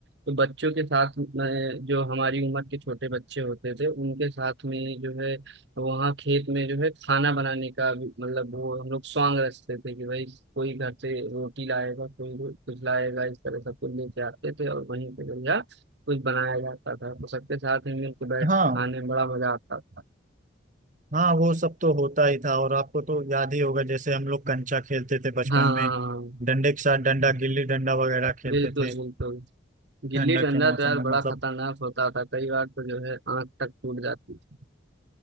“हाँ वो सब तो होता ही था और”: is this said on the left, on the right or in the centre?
Right